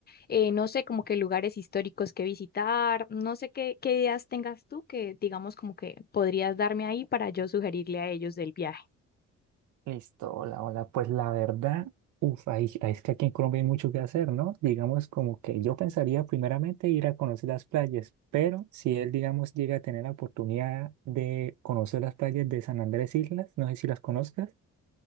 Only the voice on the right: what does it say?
Listo, hola, hola. Pues la verdad, uff, ahí, ahí es que aquí en Colombia hay mucho que hacer, ¿no? Digamos como que yo pensaría primeramente ir a conocer las playas, pero si él, digamos, llega a tener la oportunidad de conocer las playas de San Andrés Islas, no sé si las conozcas.